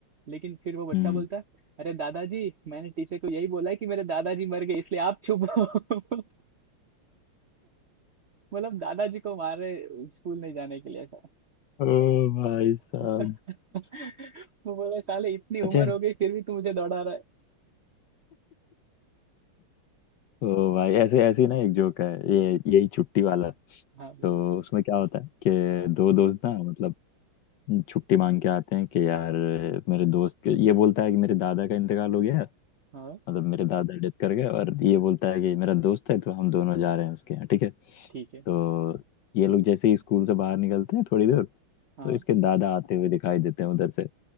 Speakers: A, on the right; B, on the left.
A: लेकिन फिर वो बच्चा
B: हम्म
A: बोलता है अरे दादाजी मैंने टीचर को यही बोला है कि मेरे दादाजी मर गए इसलिए आप छुपो <laughs> मतलब दादाजी को मार रहे स्कूल नहीं जाने के लिए ऐसा
B: ओ भाई साहब
A: <laughs> वो बोला साले इतनी
B: अच्छा
A: उम्र हो गई फिर भी तू मुझे दौड़ा रहा है
B: तो भाई ऐसे ऐसी ना एक जोक है ये यही छुट्टी वाला
A: हाँ बोलो
B: तो उसमें क्या होता है कि
A: हाँ
B: दो दोस्त ना मतलब छुट्टी मांग के आते हैं कि यार मेरे दोस्त के ये बोलता है कि मेरे दादा का इंतकाल हो गया
A: हाँ
B: मतलब मेरे दादा डेथ कर गए और ये बोलता है कि मेरा दोस्त है तो हम दोनों जा रहे हैं उसके यहाँ ठीक है
A: ठीक
B: तो
A: है
B: ये लोग जैसे ही स्कूल से बाहर निकलते हैं थोड़ी दूर
A: हाँ
B: तो इसके दादा आते हुए दिखाई देते हैं उधर से